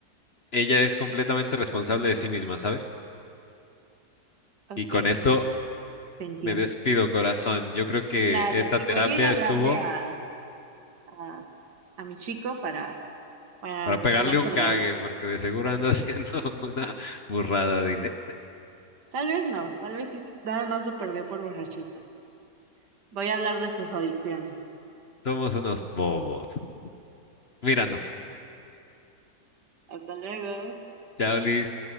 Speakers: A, on the left; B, on the right.
A: ella es completamente responsable de sí misma, ¿sabes?
B: Ok,
A: Y con esto
B: sí, te entiendo.
A: me despido, corazón. Yo creo que
B: Claro,
A: esta
B: sí,
A: terapia
B: voy a ir a hablarle
A: estuvo
B: a, a, a mi chico para, para
A: para pegarle
B: hablar sobre
A: un cague,
B: esto.
A: porque de seguro anda <laughs> haciendo una burrada, dile.
B: Tal vez no, tal vez sí, sí, nada más lo perdió por borrachito. Voy a hablar de sus adicciones.
A: Somos unos bobos. Míranos.
B: Hasta luego.
A: Chao, Liz.